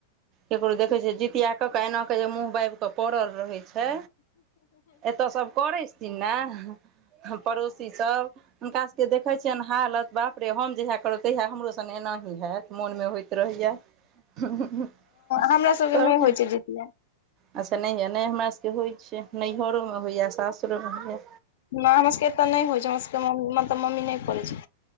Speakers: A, on the right; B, on the left.
A: ककरो देखै छियै जितिया कऽ कऽ एना कऽ जे मँह बाबि कऽ पड़ल रहै छै एतय सब करै छथिन नैए। हम पड़ोसी सब, हुनका सबके देखे छियनि। हा नत बाप रे, हम जहिया करब तहिया हमरो संग एनाही हैत, मोन मे होइत रहैया, हु-हु-हु
B: हमरा सबके
A: सभ।
B: नहि होइ छै जितिया
A: अच्छे नहिए नहि हमरासभकेँ होइत छै, नैहरोमे होइए सासुरोमे होइए।
B: नहि हमर सभके एतह नहि होइ छै, हमर सभके मम् मतलब मम्मी नहि कड़ैय छै।